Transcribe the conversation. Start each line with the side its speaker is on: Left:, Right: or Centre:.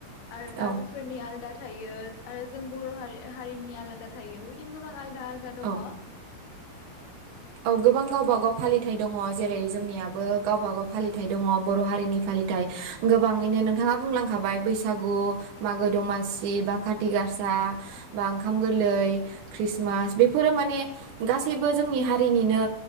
Left: आरो
Right: औ
Left: कार्बिफोरनिया आलदा थायो आरो जों बर' हारि हारिनि आलादा थायो बेबायदिनो गोबां आलदा आलदा दङ
Right: औ औ गोबां गावबागाव फालिथाय दङ जेरै जोंनियाबो गावबागाव फालिथाइ दङ बर' हारिनि फालिथाय गोबाङैनो नोंथाङा बुंलां खाबाय बैसागु, मागो दमासि, बा काति गासा, बा ओंखाम गोरलै, ख्रिस्टमास बेफोरो माने गासैबो जोंनि हारिनिनो